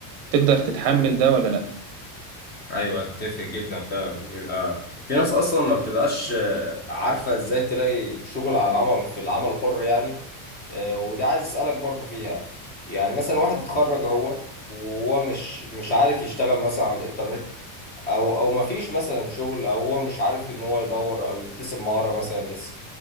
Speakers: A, on the right; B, on the left.
A: تقدر تتحمل ده ولا لأ
B: ايوه اتفق جدا فعلا بتبقى في ناس اصلا ما بتبقاش آه، عارفه ازاي تلاقي شغل على العمل في العمل الحر يعني آه، وده عايز اسالك برضو فيها يعني مثلا واحد اتخرج اهوت وهو مش مش عارف يشتغل مثلا على الانترنت او او ما فيش مثلا شغل او هو مش عارف ان هو يدور او يكتسب مهاره مثلا لسه